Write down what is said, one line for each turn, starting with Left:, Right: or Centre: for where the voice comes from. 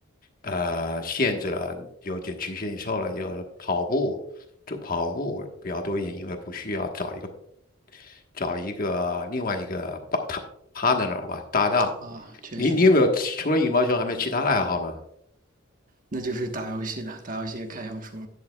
Left: 呃限制了，有点局限性了。就是跑步，就跑步比较多一点，因为不需要找一个找一个另外一个 pa- partner 吧搭档。
Right: 啊，确实，
Left: 你你有没有除了羽毛球，还没有其他的爱好呢？
Right: 那就是打游戏了，打游戏看小说，